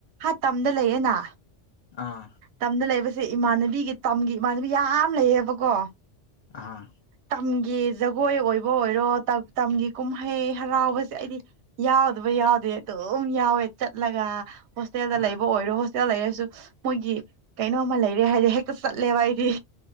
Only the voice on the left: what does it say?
ꯑꯥ
ꯑꯥ
ꯑꯥ